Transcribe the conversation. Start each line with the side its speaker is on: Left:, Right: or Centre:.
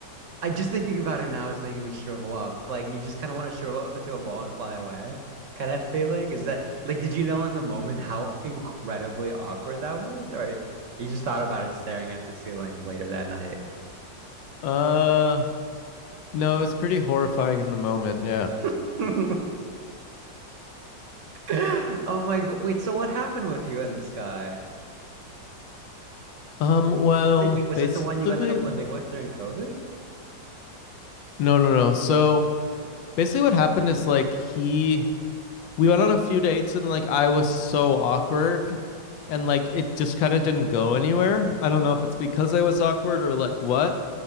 Right: I just thinking about it now is making me shrivel up. Like you just kind of want to shrivel up into a ball and fly away. Kind of feeling is that like did you know in the moment how incredibly awkward that was? Or you just thought about it staring at the ceiling later that night?
Left: Uh, no, it's pretty horrifying in the moment. Yeah.
Right: <laughs> <laughs> Oh my God. Wait, so what happened with you and this guy?
Left: Um, well,
Right: Was it wait, was
Left: basically,
Right: it the one you ended up living with during COVID?
Left: No, no, no. So basically, what happened is like he, we went on a few dates and like I was so awkward and like it just kind of didn't go anywhere. I don't know if it's because I was awkward or like what,